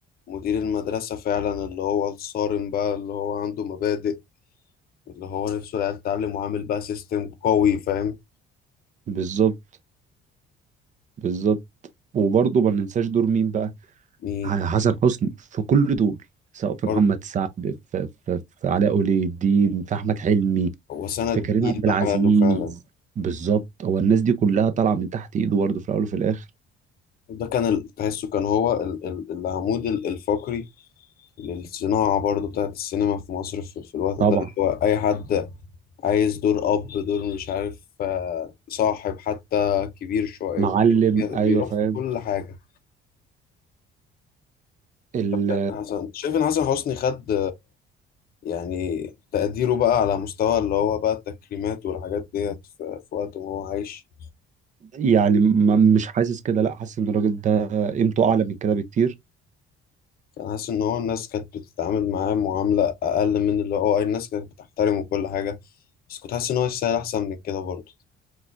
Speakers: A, on the left; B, on the right.
A: مدير المدرسة فعلا اللي هو الصارم بقى اللي هو عنده مبادئ اللي هو نفسه العيال تتعلم وعامل بقى سيستم قوي فاهم
B: بالظبط بالظبط وبرضه ما ننساش دور مين بقى
A: مين
B: ح- حسن حسني في كل دور سواء في
A: برضه
B: محمد سعد في, في, في علاء ولي الدين في احمد حلمي
A: هو سند
B: في كريم
A: جيل
B: عبد
A: بحاله
B: العزيز
A: فعلا
B: بالظبط هو الناس دي كلها طالعه من تحت ايده برضه في الاول وفي الاخر
A: ده كان ال- تحسه كان هو ال- ال- العمود ال- الفقري للصناعة برضو بتاعت السينما في مصر في, في الوقت ده
B: طبعا
A: اللي هو أي حد عايز دور أب دور مش عارف آه، صاحب حتى كبير شوية
B: معلم
A: بي-
B: ايوه
A: بيروح
B: فاهم
A: في كل حاجة
B: ال
A: طب كان حسن أنت شايف إن حسن حسني خد يعني تقديره بقى على مستوى اللي هو بقى التكريمات والحاجات ديت في, في وقت ما هو عايش
B: يعني ما- مش حاسس كده لا حاسس ان الراجل ده قيمته اعلى من كده بكتير
A: كان حاسس إن هو الناس كانت بتتعامل معاه معاملة أقل من اللي هو الناس كانت بتحترمه وكل حاجة بس كنت حاسس ان هو يستاهل احسن من كده برضه